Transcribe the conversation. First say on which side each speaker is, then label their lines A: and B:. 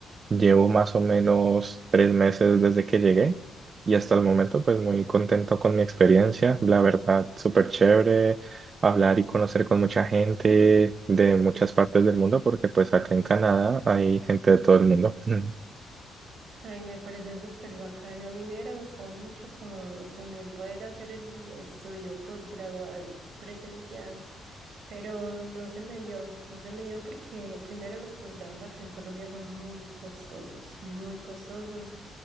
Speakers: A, on the right; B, on the right.
A: Llevo más o menos tres meses desde que llegué y hasta el momento pues muy contento con mi experiencia. La verdad, súper chévere hablar y conocer con mucha gente de muchas partes del mundo porque pues acá en Canadá hay gente de todo el mundo. <laughs>
B: Ay, me parece súper bacano. A mí me hubiera gustado mucho como también poder hacer el estudio posgradual presencial, pero no se me dio, no se me dio porque primero los posgrados acá en Colombia son muy costosos, muy costosos.